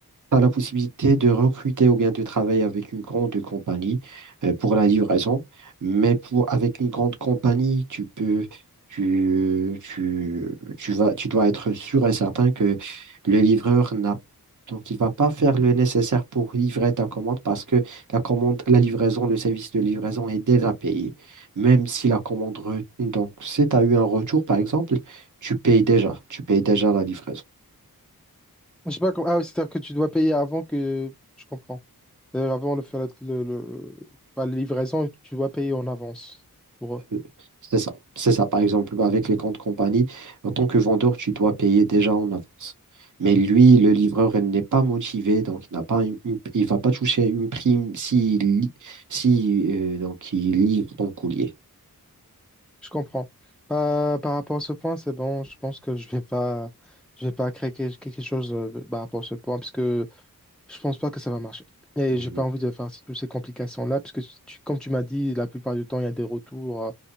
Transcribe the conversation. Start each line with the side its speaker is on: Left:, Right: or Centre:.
Right: as la possibilité de recruter ou bien de travailler avec une grande compagnie euh, pour la livraison. Mais pour, avec une grande compagnie, tu peux, tu, tu, tu vas, tu dois être sûr et certain que le livreur n'a Donc, il va pas faire le nécessaire pour livrer ta commande parce que la commande, la livraison, le service de livraison est déjà payé. Même si la commande, re- donc, si tu as eu un retour, par exemple, tu payes déjà, tu payes déjà la livraison.
Centre: Je sais pas comment. Ah oui, c'est-à-dire que tu dois payer avant que. Je comprends. Euh, avant de faire la, le, le- pas la livraison, tu dois payer en avance pour eux.
Right: Euh, C'est ça. C'est ça. Par exemple, avec les comptes compagnie, en tant que vendeur, tu dois payer déjà en avance. Mais lui, le livreur, il n'est pas motivé, donc il n'a pas une- une- il va pas toucher une prime s'il li- si, euh, donc il livre ton courrier.
Centre: Je comprends. Par, par rapport à ce point, c'est bon. Je pense que je vais pas, je vais pas créer quelque quelque chose euh, bah, par rapport à ce point, puisque Je pense pas que ça va marcher. Et
Right: Mm,
Centre: j'ai pas envie de faire toutes ces complications-là, parce que tu- comme tu m'as dit, la plupart du temps, il y a des retours. euh,